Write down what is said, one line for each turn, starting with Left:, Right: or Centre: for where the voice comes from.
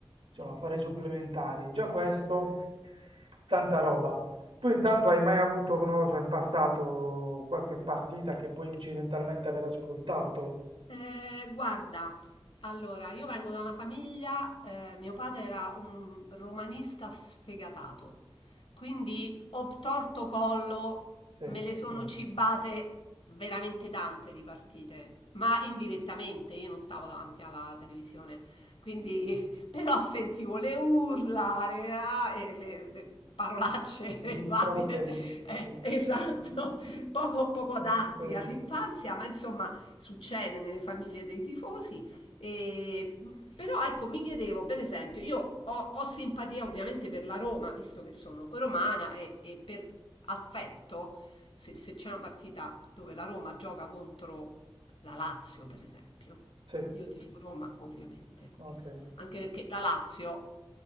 Right: diciamo, a fare i supplementari. Già questo, tanta roba. Tu intanto hai mai avuto, non lo so, in passato qualche partita che puoi incidentalmente aver ascoltato?
Left: Ehm, guarda, allora io vengo da una famiglia, ehm, mio padre era un romanista sfegatato, quindi obtorto collo
Right: Sì,
Left: me le sono cibate veramente tante di partite, ma indirettamente, io non stavo davanti alla televisione, quindi <laughs> però sentivo le urla, le, ah, e le- le parolacce <laughs> e
Right: gli improperi,
Left: varie,
Right: sì.
Left: eh, esatto,
Right: <laughs>
Left: <laughs> poco, poco
Right: Gli
Left: adatti
Right: Improperi.
Left: all'infanzia, ma insomma succede nelle famiglie dei tifosi. E, però ecco, mi chiedevo, per esempio, io ho, ho simpatia ovviamente per la Roma, visto che sono romana e, e per affetto, se, se c'è una partita dove la Roma gioca contro la Lazio, per esempio,
Right: Sì,
Left: io tifo Roma, ovviamente.
Right: ok.
Left: Anche perché la Lazio